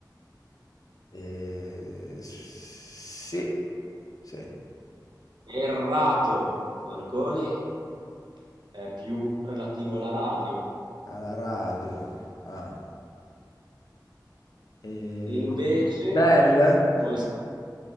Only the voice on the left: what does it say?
Eh, sì, sì.
alla radio. Ah. E...
Bell?